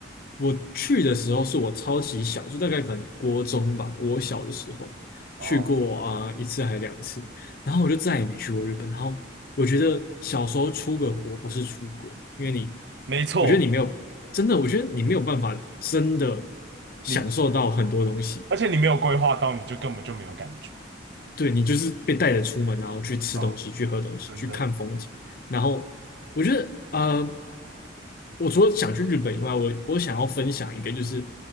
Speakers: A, on the left (about 50°); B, on the right (about 60°).
A: 我去的时候是我超级小，就大概可能国中吧，国小的时候去过啊、
B: 哦，
A: 一次还是两次，然后我就再也没去过日本。然后我觉得小时候出个国不是出国，因为你，
B: 没错，
A: 我觉得你没有真的，我觉得你没有办法真的
B: 你，
A: 享受到很多东西，
B: 而且你没有规划到，你就根本就没有感觉。
A: 对你就是被带着出门，然后去吃东西、
B: 哦，
A: 去喝东西、
B: 真的。
A: 去看风景，然后我觉得呃。我除了想去日本以外，我我想要分享一个，就是